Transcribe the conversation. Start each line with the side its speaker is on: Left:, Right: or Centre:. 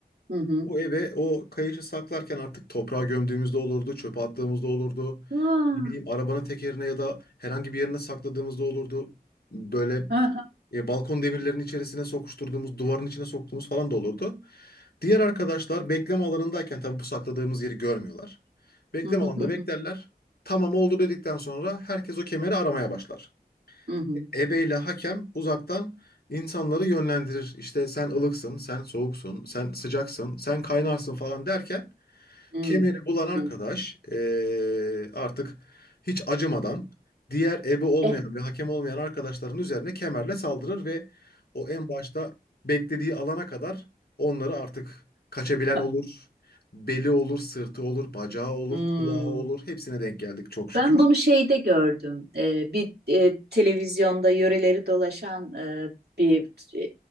Right: Hı hı.
Left: Bu eve o kayışı saklarken artık toprağa gömdüğümüzde olurdu, çöpe attığımızda olurdu.
Right: Aa,
Left: Ne bileyim arabanın tekerine ya da herhangi bir yerine sakladığımızda olurdu. Böyle
Right: ha, ha.
Left: e, balkon demirlerinin içerisine sokuşturduğumuz, duvarın içine soktuğumuz falan da olurdu. Diğer arkadaşlar bekleme alanındayken tabii bu sakladığımız yeri görmüyorlar. Bekleme
Right: Hı hı hı
Left: alanında
Right: hı.
Left: beklerler. Tamam oldu dedikten sonra herkes o kemeri aramaya başlar
Right: Hı hı.
Left: ebeyle hakem uzaktan insanları yönlendirir. İşte sen ılıksın, sen soğuksun, sen sıcaksın, sen kaynarsın falan derken
Right: Hı
Left: kemeri bulan arkadaş
Right: hı.
Left: eee, artık hiç acımadan diğer ebe olmayan
Right: E,
Left: ve hakem olmayan arkadaşların üzerine kemerle saldırır ve o en başta beklediği alana kadar onları artık kaçabilen
Right: ah.
Left: olur. Beli olur, sırtı olur, bacağı olur,
Right: Hmm.
Left: kulağı olur. Hepsine denk geldik çok şükür.
Right: Ben bunu şeyde gördüm. Ee, bir e, televizyonda yöreleri dolaşan e, bir e,